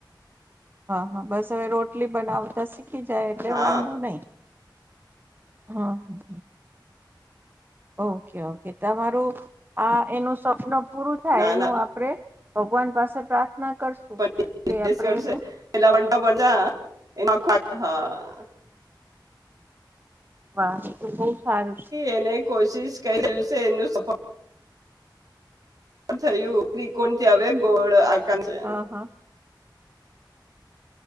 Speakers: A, on the right; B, on the right.
A: હા હા બસ હવે રો રોટલી બનાવતા શીખી જાય એટલે
B: હા
A: વાંધો નહી. હા હ. ઓકે ઓકે તમારું આ એનું સ્વપન પૂરું થાય
B: ના
A: એનું
B: ના
A: આપડે ભગવાન પાસે પ્રાર્થના કરશું
B: <unintelligible>
A: કે આપણે એનું
B: હા.
A: વા બહુ સારું છે.
B: એને કોશિશ ક્યુ છે એનું સફળ થયું ત્રિકોણ થી આવે ગોળ કરે છે
A: હા, હા.